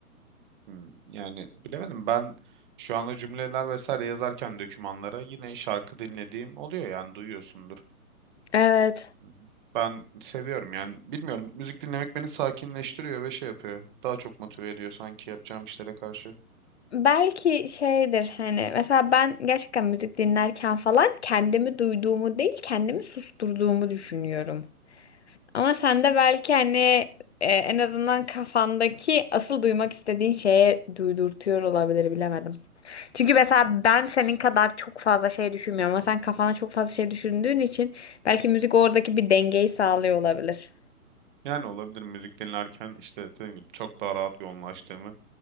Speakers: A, on the right (about 35°); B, on the left (about 50°).
A: hmm. Yani bilemedim ben şu anda cümleler vesaire yazarken dokümanlara yine şarkı dinlediğim oluyor yani duyuyorsundur.
B: Evet.
A: Hı hı. Ben seviyorum yani bilmiyorum müzik dinlemek beni sakinleştiriyor ve şey yapıyor. Daha çok motive ediyor sanki yapacağım işlere karşı.
B: Belki şeydir hani mesela ben gerçekten müzik dinlerken falan kendimi duyduğumu değil kendimi susturduğumu düşünüyorum. Ama sen de belki hani e, en azından kafandaki asıl duymak istediğin şeye duydurtuyor olabilir bilemedim. Çünkü mesela ben senin kadar çok fazla şey düşünmüyorum ama sen kafana çok fazla şey düşündüğün için belki müzik oradaki bir dengeyi sağlıyor olabilir.
A: Yani olabilir müzik dinlerken işte dediğim gibi çok daha rahat yoğunlaştığımı